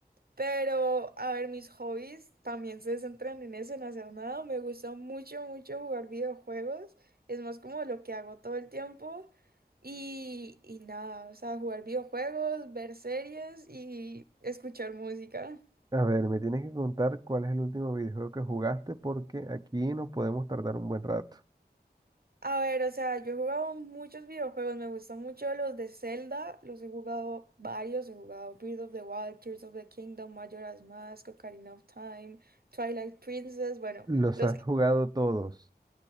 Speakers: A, on the right; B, on the right.
A: Pero, a ver, mis hobbies también se centran en eso, en hacer nada. Me gusta mucho, mucho jugar videojuegos. Es más como lo que hago todo el tiempo. Y, y nada, o sea, jugar videojuegos, ver series y escuchar música.
B: A ver, me tienes que contar cuál es el último videojuego que jugaste porque aquí nos podemos tardar un buen rato.
A: A ver, o sea, yo he jugado muchos videojuegos, me gustan mucho los de Zelda, los he jugado varios, he jugado Breath of the Wild, Tears of the Kingdom, Majora's Mask, Ocarina of Time, Twilight Princess, bueno,
B: Los
A: los
B: has
A: que...
B: jugado todos.